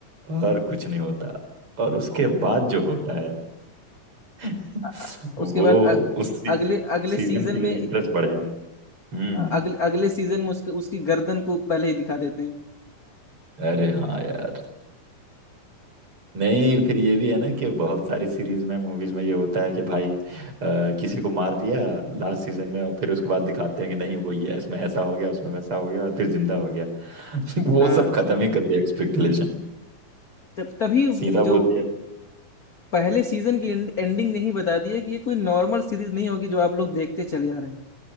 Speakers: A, on the right; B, on the left.
A: और कुछ नहीं होता और उसके बाद जो होता है <laughs>
B: अ-
A: वो
B: उसके बाद अ-
A: उस
B: अगले अगले
A: सीजन
B: सीजन
A: के लिए
B: में
A: इंटरेस्ट बढ़ जाता है हम्म
B: अ- अगले अगले सीजन में उसके उसकी गर्दन को पहले ही दिखा देते हैं
A: अरे हाँ यार नहीं फिर ये भी है ना कि बहुत सारी सीरीज में मूवीज में ये होता है कि भाई अ, किसी को मार दिया लास्ट सीजन में और फिर उसके बाद दिखाते हैं कि नहीं वो ये इसमें ऐसा हो गया उसमें वैसा हो गया और फिर जिंदा हो गया <laughs> वो
B: हाँ
A: सब खत्म ही कर दिया एक्सपेक्टेशन
B: तब तभी
A: सीधा
B: वो जो
A: बोल दिया
B: पहले सीजन की एंड, एंडिंग नहीं बता दी है कि ये कोई नॉर्मल सीरीज नहीं होगी जो आप लोग देखते चले आ रहे हैं